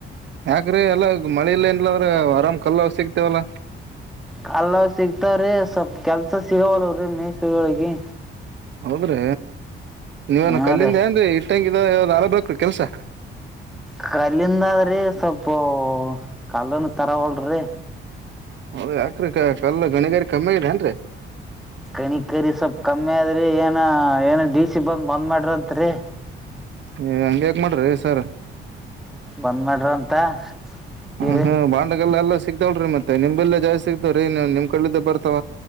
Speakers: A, on the right; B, in the centre.
A: ಯಾಕ್ರೀ ಎಲ್ಲ ಮಳೆ ಇಲ್ಲ ಏನ್ಲಂದ್ರ ಆರಾಮ್ ಕಲ್ಲ ಸಿಗ್ತೇವಲ್ಲ
B: ಕಲ್ಲ ಸಿಗ್ತಾವ್ರೀ ಸ್ವಲ್ಪ್ ಕೆಲ್ಸ ಸಿಗವಲ್ವ್ರೀ ಮೇಸಗಳಿಗೆ
A: ಹೌದ್ರಿ ನೀವೇನ
B: ಹಾ
A: ಕಲ್ಲಿಂದ
B: ರೀ
A: ಅಂದೆ ಇ ಇಟ್ಟಂಗ ಯಾವ್ ನಾಲ್ ಬಕ್ರು ಕೆಲ್ಸ
B: ಕಲ್ಲಿಂದ ಆದ್ರೀ ಸ್ವಲ್ಪ ಕಲ್ಲನ್ ತರಗೋಳಿ
A: ಹೌದ ಯಾಕ್ರ ಕಲ್ಲ ಗಣಿಗಾರಿ ಕಮ್ಮಿ ಆಗಿದೆ ಏನ್ರಿ
B: ಕಣಿಕರಿ ಸ್ವಲ್ಪ್ ಕಮ್ಮಿ ಆದ್ರಿ ಏನ ಏನ ಡಿ ಸಿ ಬಂದ್ ಬಂದ್ ಮಾಡ್ರಿಂತ್ರಿ
A: ಏ ಹಂಗಗೆ್ಯಾಕ ಮಾಡ್ರಿ ಸರ್
B: ಬಂದ್ ಮಾಡ್ರಂತ ಕಿರಿ
A: ಹ ಹ್ಮ ಬಾಂಡಗಲ್ಲ ಎಲ್ಲ ಸಿಕ್ತಾವಳ್ರೀ ಮತ್ತೆ ನಿಮಲ್ಲ ಜಾಸ್ತಿ ಸಿಕ್ತಾವ್ರೀ ನೀವು ನಿಮ್ ಕಡ್ಿದ್ದ ಬರ್ತಾವ